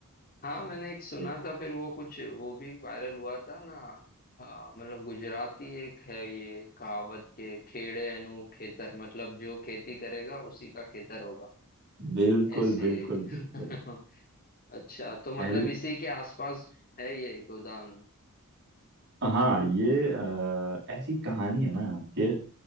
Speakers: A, on the left (about 40°); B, on the right (about 50°).
A: हाँ मैंने एक सुना
B: ये
A: था फिर वो कुछ वो भी वायरल हुआ था ना आ, मतलब गुजराती एक है ये कहावत के खेड़े एनु खेतर मतलब जो खेती करेगा उसी का खेतर होगा
B: बिल्कुल
A: ऐसे
B: बिल्कुल बिल्कुल
A: <laughs> अच्छा तो मतलब
B: पहले
A: इसी के आसपास है ये गोदान
B: हाँ ये अ, ऐसी कहानी है ना कि